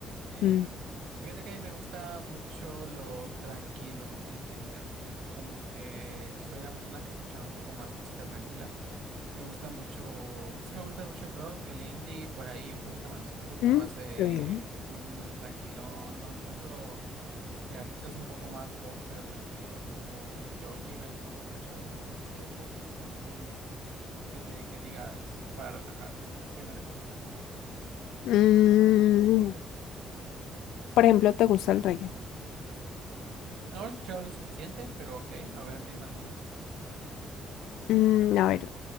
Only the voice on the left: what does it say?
Mm,
mm,
qué bien.
Mm, por ejemplo, ¿te gusta el reggae?
Mm, a ver,